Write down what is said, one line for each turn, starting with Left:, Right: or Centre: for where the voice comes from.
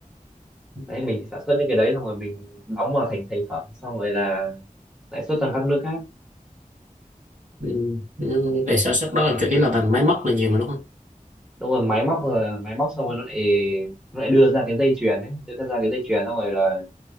Right: ừ.
Centre: đấy mình sản xuất những cái đấy xong rồi mình đóng vào thành thành phẩm xong rồi là lãi suất toàn các nước khác
Right: Ừ, Nhưng về sản xuất đó là chủ yếu là bằng máy móc là nhiều mà đúng không
Centre: đúng rồi máy móc rồi máy móc xong rồi nó lại nó lại đưa ra cái dây chuyền ấy đưa ra cái dây chuyền xong rồi là